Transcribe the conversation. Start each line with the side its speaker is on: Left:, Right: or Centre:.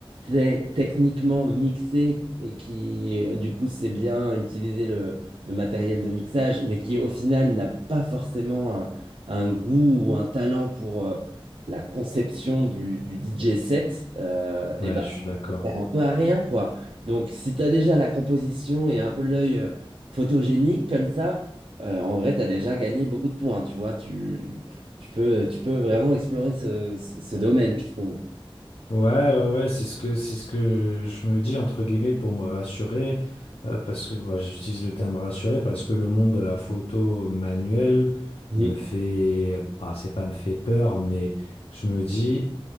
Right: sait techniquement mixer et qui, euh, du coup, sait bien utiliser le, le matériel de mixage, mais qui, au final, n'a pas forcément un, un goût ou un talent pour... euh, La conception du, du DJ set, euh,
Left: Ouais,
Right: et ben,
Left: je suis d'accord.
Right: un peu à rien, quoi. Donc, si t'as déjà la composition et un peu l'œil euh, photogénique comme ça, euh, en vrai, t'as déjà gagné beaucoup de points, tu vois. Tu, tu peux, tu peux vraiment explorer ce, ce- ce domaine, je trouve.
Left: Ouais, ouais, ouais, c'est ce que c'est ce que je me dis entre guillemets pour me rassurer, euh, parce que moi j'utilise le terme rassurer parce que le monde de la photo manuelle
Right: Mhm.
Left: me fait, ah, c'est pas me fait peur, mais je me dis